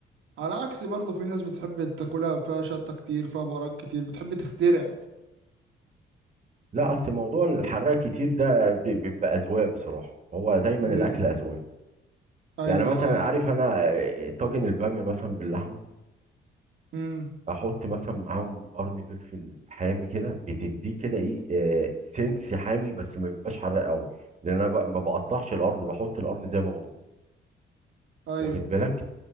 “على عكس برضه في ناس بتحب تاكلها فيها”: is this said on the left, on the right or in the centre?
Right